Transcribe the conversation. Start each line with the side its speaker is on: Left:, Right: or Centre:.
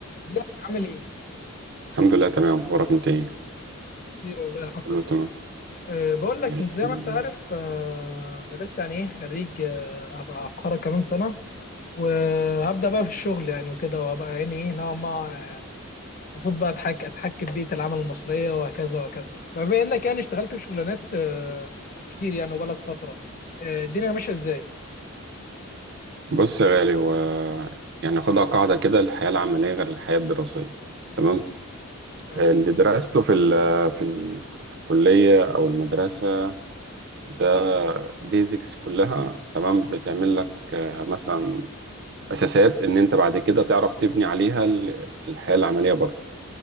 Left: ازيك عامل ايه؟
Right: الحمد لله تمام اخبارك انت ايه
Left: خير والله الحمد
Right: كله
Left: لله.
Right: تمام
Left: أه بقول لك
Right: الحمد
Left: انت زي ما انت
Right: لله
Left: عارف أه انا لسه يعني ايه خريج أه هبقى هتخرج كمان سنه وهبدا بقى في الشغل يعني وكده وهبقى يعني ايه نوعا ما المفروض بقى اتحك اتحكم بيئه العمل المصريه وهكذا وهكذا. فبما انك يعني اشتغلت في شغلانات أه كتير يعني وبقالك فتره أه الدنيا ماشيه ازاي؟
Right: بص يا غالي هو يعني ناخدها قاعده كده الحياه العمليه غير الحياه الدراسيه تمام
Left: معاك
Right: اللي درسته في ال في ال في الكليه او المدرسه ده بيزكس كلها تمام بتعمل لك مثلا اساسات ان انت بعد كده تعرف تبني عليها ال- الحياه العمليه بره